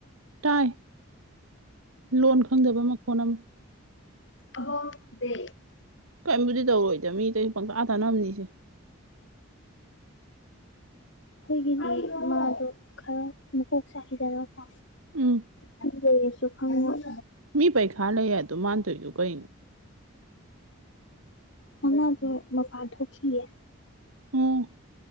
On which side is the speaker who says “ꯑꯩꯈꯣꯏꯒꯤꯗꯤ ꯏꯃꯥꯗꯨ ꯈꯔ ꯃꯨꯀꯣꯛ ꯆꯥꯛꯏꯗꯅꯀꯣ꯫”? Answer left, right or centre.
Left